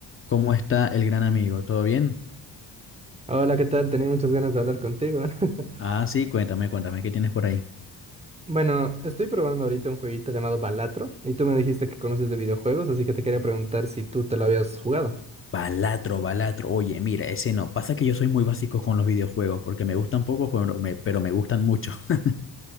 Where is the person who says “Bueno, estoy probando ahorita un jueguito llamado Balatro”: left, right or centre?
Right